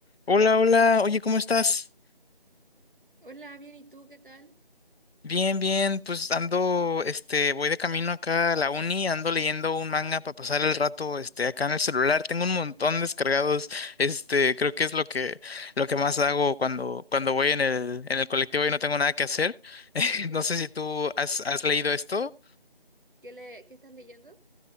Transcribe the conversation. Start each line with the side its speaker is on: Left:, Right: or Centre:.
Left: Hola, hola, oye, ¿cómo estás?
Right: Hola, bien, ¿y tú qué tal?
Left: Bien, bien, pues ando, este, voy de camino acá a la uni, ando leyendo un manga para pasar el rato, este, acá en el celular, tengo un montón descargados, este, creo que es lo que, lo que más hago cuando, cuando voy en el, en el colectivo y no tengo nada que hacer. <laughs>
Right: ¿Sí?
Left: No sé si tú has, has leído esto.
Right: ¿Qué le, qué estás leyendo?